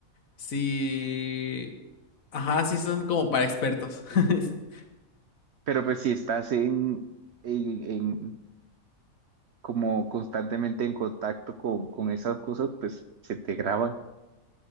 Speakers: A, on the left; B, on the right.
A: sí, ajá, sí son como para expertos. <laughs>
B: pero pues si estás en, en, en- como constantemente en contacto con, con esas cosas, pues se te graba.